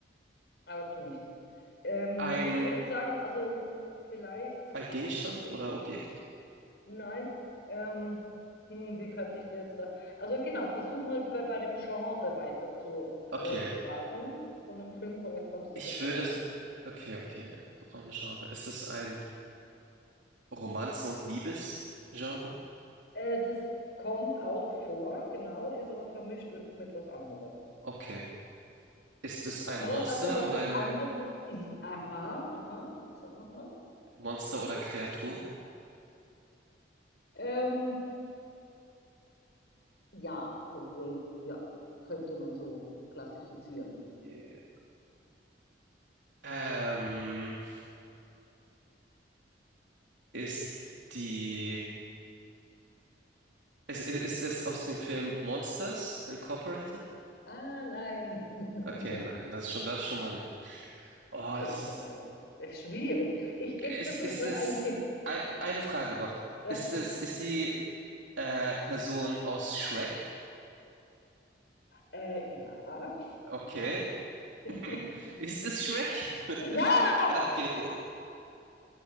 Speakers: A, on the left; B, on the right.
A: auch nicht. Ähm,
B: Ein,
A: ich würde sagen, also vielleicht.
B: ein Gegenstand oder Objekt?
A: Nein. Ähm, hm, wie könnte ich dir jetzt da. Also genau, versuch mal bei, bei dem Genre weiter zu, äh,
B: Okay.
A: zu raten von dem Film, vielleicht kommst
B: Ich
A: du dann drauf.
B: würde... Okay, okay. Vom Genre. Ist es ein Romanze und Liebesgenre?
A: Äh, das kommt auch vor, genau, ist aber vermischt mit, mit was anderem.
B: Okay. Ist es ein
A: Aber
B: Monster
A: also was
B: oder
A: das
B: eine
A: andere. I, aha, aha, sag nochmal.
B: Monster oder Kreatur?
A: Ähm, ja, obwohl, ja, könnte man so klassifizieren.
B: Okay. Ähm, ist die ist, ist, ist es aus dem Film Monsters Incorporated?
A: Ah, nein. <laughs>
B: Okay, nein, das schon das schon mal nicht. Oh,
A: Sehr
B: es
A: gemein.
B: ist
A: Äh, Schwierig. Ich gebe
B: ist,
A: dir vielleicht
B: ist
A: noch
B: es
A: einen Tipp.
B: ei- eine Frage noch.
A: <laughs>
B: Ist es ist die äh, Person aus Shrek?
A: Äh, ja.
B: Okay.
A: <laughs>
B: <laughs> Ist es Shrek?
A: Ja!
B: <laughs> Okay.